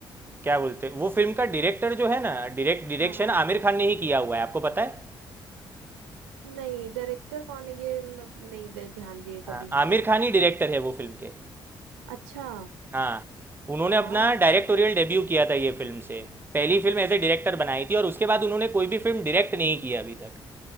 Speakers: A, on the right; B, on the right.
A: क्या बोलते वो फिल्म का डायरेक्टर जो है ना डायरेक्ट
B: हाँ
A: डायरेक्शन आमिर खान ने ही किया हुआ है आपको पता है
B: नहीं डायरेक्टर कौन है ये मैं अब नहीं दे- ध्यान दिए
A: हाँ
B: कभी
A: आमिर खान ही डायरेक्टर है वो फिल्म के
B: अच्छा
A: हाँ उन्होंने अपना
B: वाओ
A: डायरेक्टोरियल डेब्यू किया था ये फिल्म से पहली फिल्म एज ए डायरेक्टर बनाई थी और उसके बाद उन्होंने कोई भी फिल्म डायरेक्ट नहीं की अभी तक